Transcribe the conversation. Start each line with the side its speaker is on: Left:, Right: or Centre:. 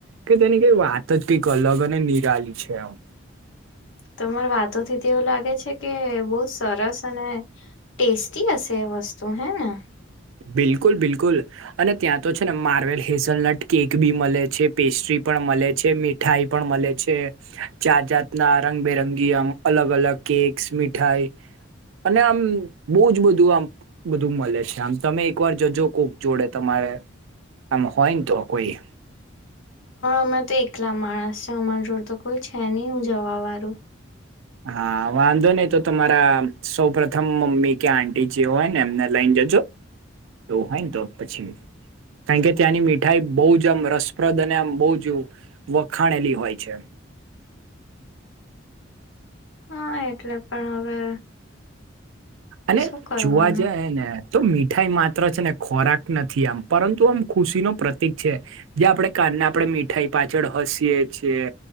Right: કે તેની કઈ વાત જ કઈક અલગ ને નિરાલી છે આમ.
Left: તો તમારે વાતો થી તે એવું લાગે છે કે બહુ સરસ અને ટેસ્ટી હશે એ વસ્તુ હેને?
Right: બિલકુલ બિલકુલ. અને ત્યાં તો છે ને માર્વેલ હેઝલનટ કેક બી મળે છે પેસ્ટ્રી પણ મળે છે. મીઠાઈ પણ મળે છે જાત જાતના રંગબેરંગી આમ અલગ અલગ કેક્સ મીઠાઈ અને આમ બહુ જ બધું આમ બધું મળે છે આમ તમે એકવાર જજો કોક જોડે તમારે આમ હોય ને તો કોઈ
Left: અમાં તો એકલા માણસ છે અમારી જોડ તો કોઈ છે નહી હું જવા વાળું
Right: હા વાંધો નહી તો તમારા સૌ પ્રથમ મમ્મી કે આંટીી જે હોય ને એમને લઈને જજો તોું હોય ને તો પછી કારણ કે ત્યાંની મીઠાઈ બહુ જ આમ રસપ્રદ અને આમ બહ જવું વખાણેલી હોય છે.
Left: હા એટલે પણ હવે
Right: અને
Left: શું કરવાનું
Right: જોવા જાય ને તો મીઠાઈ માત્ર છે ને ખોરાક નથી આમ પરંતુ આમ ખુશી ન પ્રતિક છે. જે આપણે કાનને આપણેે મીઠાઈ પાછળ હસીયએ છીએ